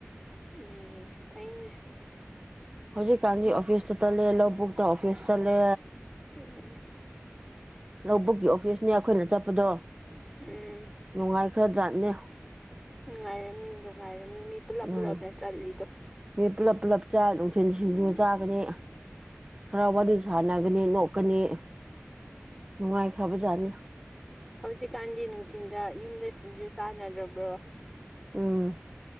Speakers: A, in the centre; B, on the right.
A: ꯑꯦ ꯐꯩꯅꯦ
B: ꯍꯧꯖꯤꯛꯀꯥꯟꯘꯤ
A: ꯃꯤ
B: ꯑꯣꯐꯤꯁꯇ ꯆꯠꯂꯦ ꯂꯧꯕꯨꯛꯇ ꯑꯣꯐꯤꯁ ꯆꯠꯂꯦ
A: ꯑꯦ
B: ꯂꯧꯕꯨꯛꯀꯤ ꯑꯣꯐꯤꯁꯅꯦ ꯑꯩꯈꯣꯏꯅ ꯆꯠꯄꯗꯣ
A: ꯎꯝ
B: ꯅꯨꯡꯉꯥꯏꯈ꯭ꯔ ꯖꯥꯠꯅꯦ
A: ꯅꯨꯡꯉꯥꯏꯔꯝꯅꯤ ꯅꯨꯡꯉꯥꯏꯔꯝꯅꯤ ꯃꯤ ꯄꯨꯜꯂꯞ
B: ꯎꯝ
A: ꯄꯨꯜꯂꯞꯅꯦ ꯆꯠꯂꯤꯗꯣ
B: ꯃꯤ ꯄꯨꯜꯂꯞ ꯄꯨꯜꯂꯞ ꯆꯥꯏ ꯅꯨꯡꯊꯤꯜ ꯁꯤꯡꯖꯨ
A: ꯎꯝ
B: ꯆꯥꯒꯅꯤ ꯈꯔ ꯋꯥꯔꯤ ꯁꯥꯟꯅꯒꯅꯤ ꯅꯣꯛꯀꯅꯤ ꯅꯨꯡꯉꯥꯏꯈ꯭ꯔꯕꯖꯥꯠꯅꯤ
A: ꯍꯧꯖꯤꯛꯀꯥꯟꯗꯤ ꯅꯨꯡꯊꯤꯟꯗ ꯌꯨꯝꯗ ꯁꯤꯡꯁꯨ ꯆꯥꯟꯅꯗ꯭ꯔꯕ꯭ꯔꯣ
B: ꯎꯝ